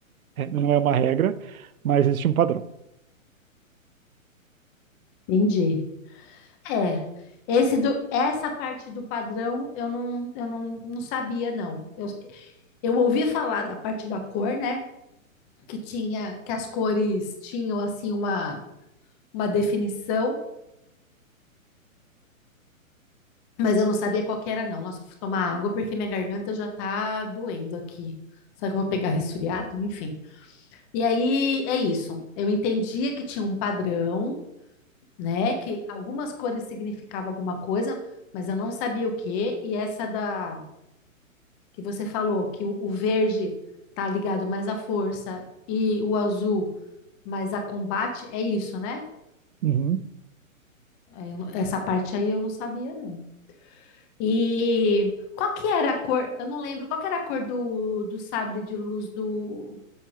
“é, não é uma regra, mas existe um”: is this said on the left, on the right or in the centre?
Right